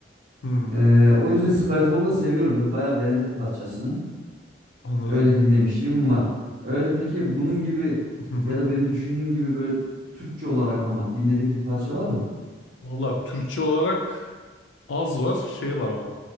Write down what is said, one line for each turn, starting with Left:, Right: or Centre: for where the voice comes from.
Left: hı.
Right: Ee, o yüzden Skyfall'u da seviyorum. Ben bayağı beğendim parçasını.
Left: Anladım.
Right: Öyle dinlemişliğim var. Öyle peki bunun gibi
Left: Hı hı.
Right: ya da benim düşündüğüm gibi böyle Türkçe olarak ama dinlediğim bir parça var mı?
Left: Valla Türkçe olarak az var. Şey var ama.